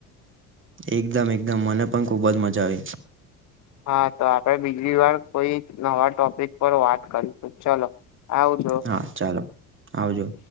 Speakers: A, on the right; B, on the left.
A: એકદમ એકદમ મને પણ ખુબ જ મજા આવી
B: હા તો આપડે બીજી વાર કોઈ નવા ટોપિક પર વાત કરીશું ચલો આવજો
A: હા, ચાલો આવજો.